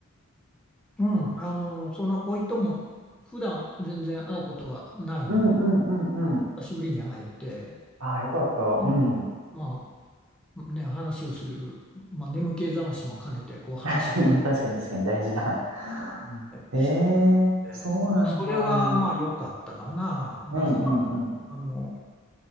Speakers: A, in the centre; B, on the right.
A: うん、あの、その甥いとも、普段全然会うことはないの。
B: うんうんうんうん。
A: 久しぶりに会えて、
B: ああ、よかった。
A: うん、
B: うん。
A: まあね、話をする、まあ眠気覚ましも兼ねて、こう話を、
B: <laughs> 確かに確かに大事だ。
A: ね、
B: ええ
A: してたんで、
B: ー、そうなんだ。
A: まあ、それはまあ良かったかな。まあ普段、
B: うんうんうん。
A: あの、